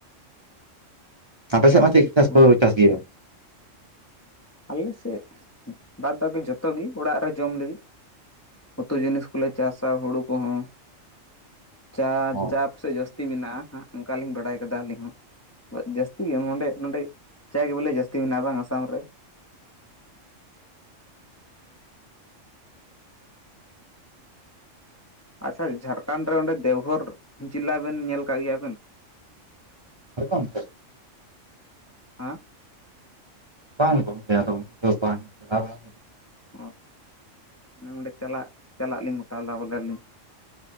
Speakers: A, on the right; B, on the left.
A: ᱟᱯᱮ ᱥᱮᱜᱢᱟ ᱪᱮᱫ ᱪᱟᱥ
B: ᱦᱩᱲᱩ
A: ᱠᱚ ᱪᱟᱥ ᱜᱮᱭᱟ?
B: ᱟᱞᱮ ᱥᱮᱫ ᱵᱟᱫᱽ ᱵᱟᱠᱤ ᱡᱚᱛᱚ ᱜᱮ ᱚᱲᱟᱜ ᱨᱮ ᱡᱚᱢ ᱞᱟᱹᱜᱤᱫ᱾ ᱩᱛᱩ ᱡᱤᱱᱤᱥ ᱠᱚᱞᱮ ᱪᱟᱥᱟ ᱦᱩᱲᱳ ᱠᱚᱦᱚᱸ᱾ ᱪᱟᱸ
A: ᱚ
B: ᱪᱟᱸ ᱟᱯᱮᱥᱮᱫ ᱡᱟᱹᱥᱛᱤ ᱢᱮᱱᱟᱜᱼᱟ ᱦᱟᱸᱜ ᱚᱱᱠᱟᱞᱤᱧ ᱵᱟᱲᱟᱭ ᱠᱟᱫᱟ ᱟᱹᱞᱤᱧ ᱦᱚᱸ᱾ ᱡᱟᱹᱥᱛᱤ ᱜᱮ ᱱᱚᱰᱮ ᱱᱚᱰᱮ ᱪᱟᱭ ᱜᱮ ᱵᱚᱞᱮ ᱡᱟᱹᱥᱛᱤ ᱢᱮᱱᱟᱜᱼᱟ ᱵᱟᱝ ᱟᱥᱟᱢ ᱨᱮ? ᱟᱪᱪᱷᱟ ᱡᱷᱟᱲᱠᱷᱚᱱᱰ ᱨᱮ ᱚᱸᱰᱮ ᱫᱮᱣᱜᱷᱚᱨ ᱡᱮᱞᱟ ᱵᱮᱱ ᱧᱮᱞ ᱟᱠᱟᱫ ᱜᱮᱭᱟ ᱵᱮᱱ?
A: ᱦᱳᱭ ᱜᱚᱝᱠᱮ
B: ᱦᱮᱸ
A: ᱵᱟᱝ ᱜᱚᱝᱠᱮ ᱟᱫᱚ ᱚᱱᱛᱮ ᱫᱚ ᱵᱟᱝ ᱪᱟᱞᱟᱣ ᱵᱟᱲᱟ
B: ᱚ ᱟᱱᱮ ᱚᱸᱰᱮ ᱪᱟᱞᱟᱜ ᱪᱟᱞᱟᱜ ᱞᱤᱧ ᱜᱚᱴᱟᱞᱮᱫᱟ ᱵᱚᱞᱮ ᱞᱤᱧ᱾